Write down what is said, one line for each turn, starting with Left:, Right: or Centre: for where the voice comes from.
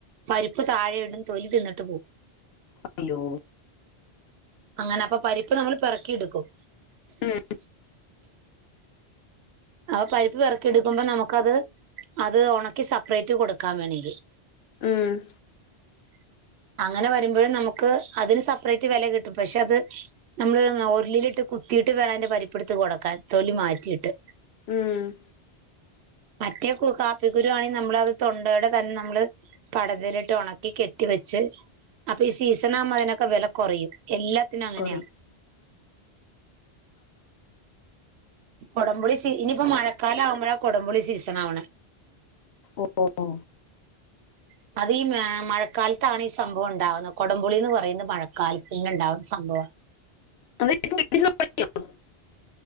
Right: പരിപ്പ് താഴെയടും തൊലി തിന്നിട്ട് പോവും
Left: ഹലോ
Right: അങ്ങനെ അപ്പൊ പരിപ്പ് നമ്മള് പെറക്കിടുക്കും
Left: ഉം
Right: ആഹ് പരിപ്പ് പെറക്കി എടുക്കുമ്പോ നമുക്കത് അത് ഒണക്കി സെപ്പറേറ്റ് കൊടുക്കാൻ വേണങ്കിൽ
Left: ഉം
Right: <inaudible> അങ്ങനെ വരുമ്പോഴും നമുക്ക് അതിന് സെപ്പറേറ്റ് വെല കിട്ടും പക്ഷെ അത് നമ്മള് ഉള്ളിലിട്ട് കുത്തിയിട്ട് വേണയ്ന്റെ പരിപ്പ് എടുത്ത് കൊടുക്കാൻ തൊലി മാറ്റിയിട്ട്
Left: ഉം
Right: മറ്റേ കു കാപ്പി കുരുവാണെ നമ്മള് അത് തൊണ്ടയോടെ തന്നെ നമ്മള് പടതലിട്ട് ഒണക്കി കെട്ടി വെച്ച് അപ്പൊ ഈ സീസണാമ്പോ അതിനൊക്കെ വെല കൊറയും എല്ലാത്തിനും അങ്ങനെയാ
Left: കൊറി
Right: കൊടംപുളി സീ ഇനിപ്പോ മഴക്കാലം ആവുമ്പഴാ കൊടംപുളി സീസണാവണെ
Left: ഓഹ്
Right: <inaudible> അത് ഈ മഴക്കാലത്താണ് ഈ സംഭവം ഉണ്ടാവുന്നത് കൊടംപുളിന്ന് പറയുന്നത് മഴക്കാലത്തന്നെ ഉണ്ടാവുന്ന സംഭവ
Left: <unintelligible>